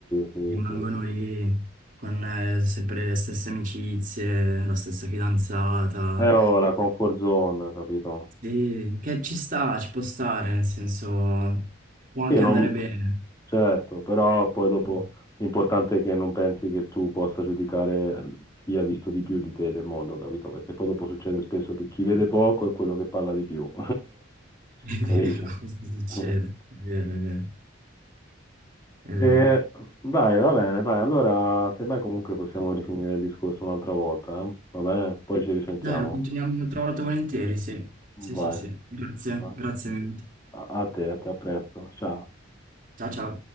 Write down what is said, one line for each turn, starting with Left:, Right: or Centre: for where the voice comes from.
Left: sì,
Right: rimangono
Left: sì, sì.
Right: lì con eh, sempre le stesse amicizie, la stessa fidanzata.
Left: Eh, oh, la comfort zone, capito?
Right: Sì, che ci sta, ci può stare, nel senso può anche
Left: Sì, non...
Right: andare bene.
Left: certo, però poi dopo
Right: Mm.
Left: l'importante è che non pensi che tu possa giudicare chi ha visto di più di te del mondo, capito? Perché poi dopo succede spesso che chi vede poco è quello che parla di più. <laughs>
Right: <laughs> È vero,
Left: Capisci?
Right: questo succede.
Left: <laughs>
Right: È vero, è vero, è vero.
Left: E dai, va bene, dai, allora semmai comunque possiamo rifinire il discorso un'altra volta, eh? Va bene? Poi ci risentiamo.
Right: Dai, lo continuiamo un'altra volta volentieri, sì. Sì,
Left: Vai,
Right: sì, sì. Grazie,
Left: vai.
Right: grazie mille.
Left: A a te, a te, a presto. Ciao.
Right: Ciao, ciao.